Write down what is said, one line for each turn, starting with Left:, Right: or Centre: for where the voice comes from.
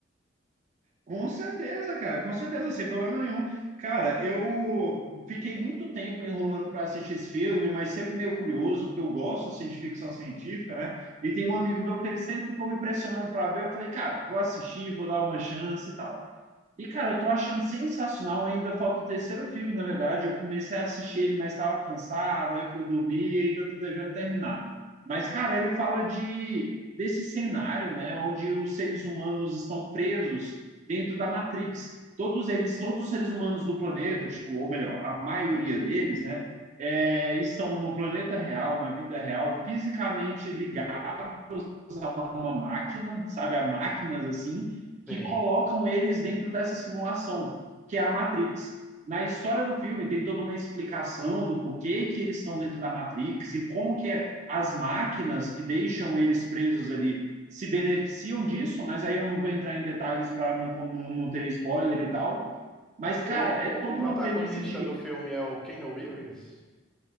Right: Com certeza, cara, com certeza, sem problema nenhum. Cara, eu fiquei muito tempo enrolando para assistir esse filme, mas sempre meio curioso, porque eu gosto assim, de ficção científica, né? E tem um amigo meu que ele sempre ficou me pressionando para ver. Eu falei, cara, vou assistir, vou dar uma chance e tal. E, cara, eu tô achando sensacional. Ainda falta o terceiro filme, na verdade. Eu comecei a assistir ele, mas estava cansado, aí fui dormir e ainda tô devendo terminar. Mas, cara, ele fala de desse cenário, né, onde os seres humanos estão presos dentro da Matrix. Todos eles, todos os seres humanos do planeta, tipo, ou melhor, a maioria deles, né, é, estão no planeta real, na vida real, fisicamente ligados usar uma máquina, sabe? Há máquinas assim, que
Centre: Sim.
Right: colocam eles dentro dessa simulação, que é a Matrix. Na história do filme tem toda uma explicação do porquê que eles estão dentro da Matrix e como que é as máquinas que deixam eles presos ali se beneficiam disso, mas aí eu não vou entrar em detalhes para não, não, não ter spoiler e tal. Mas, cara,
Centre: O,
Right: é toda
Centre: o protagonista
Right: uma premissa de
Centre: do filme é o Keanu Reeves?